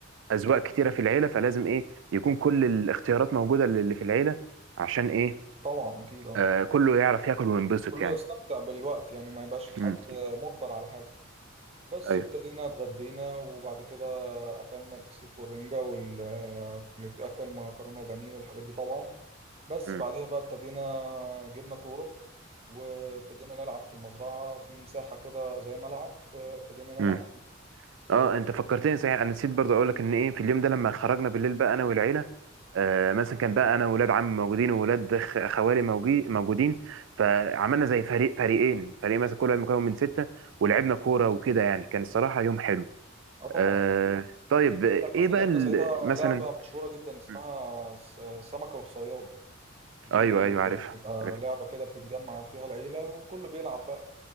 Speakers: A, on the right; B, on the right.
A: اذواق كتيره في العيله فلازم ايه يكون كل الاختيارات موجوده اللي في العيله عشان ايه
B: طبعا اكيد اه
A: آه كله يعرف ياكل وينبسط
B: كله
A: يعني
B: يستمتع بالوقت يعني ما يبقاش في حد
A: امم
B: مجبر على حاجه بس
A: ايوه
B: ابتدينا اتغدينا وبعد كده اكلنا الفسيخ والرنجه وال آه، اكل مكرونه وبانيه والحاجات دي طبعا بس
A: امم
B: بعديها بقى ابتدينا جبنا كوره وابتدينا نلعب في المزرعه في مساحه كده زي ملعب آه، ابتدينا
A: امم
B: نلعب فيه اه
A: اه انت فكرتني صحيح انا نسيت برضه اقول لك ان ايه في اليوم ده لما خرجنا بالليل بقى انا والعيله آه مثلا كان بقى انا وولاد عمي موجودين وولاد خ- خوالي موجي- موجودين فعملنا زي فريق فريقين فريق مثلا كل واحد مكون من سته ولعبنا كوره وكده يعني كان الصراحه يوم حلو
B: آه،
A: آه
B: طبعا
A: طيب ايه
B: بقول لك مثلا
A: بقى
B: لعبنا
A: ال-
B: ساعتها
A: مثلا
B: لعبة مشهورة جدا اسمها
A: م.
B: س- سمكة والصياد دي
A: ايوه ايوه عارفها
B: بتبقى
A: عارفها
B: لعبة كده بتتجمع فيها العيلة وكله بيلعب بقى